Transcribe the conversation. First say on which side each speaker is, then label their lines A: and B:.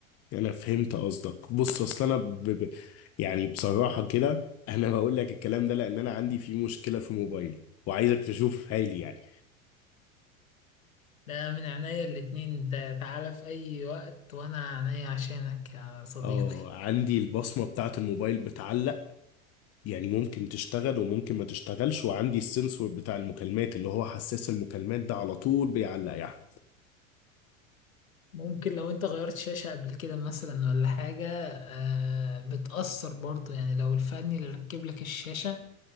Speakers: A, on the left; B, on the left.
A: أنا فهمت قصدك بص أصل أنا ب... ب... يعني بصراحة كده أنا بقول لك الكلام ده لأن أنا عندي فيه مشكلة في موبايلي وعايزك تشوف هايلي يعني
B: ده من عينيا الاتنين انت تعالى في اي وقت وانا عينيا عشانك يا صديقي
A: اه عندي البصمة بتاعة الموبايل بتعلق يعني ممكن تشتغل وممكن ما تشتغلش وعندي السنسور بتاع المكالمات اللي هو حساس المكالمات ده على طول بيعلق يا احمد
B: ممكن لو انت غيرت شاشة قبل كده مثلا ولا حاجة آه، بتأثر برضو يعني لو الفني اللي ركب لك الشاشة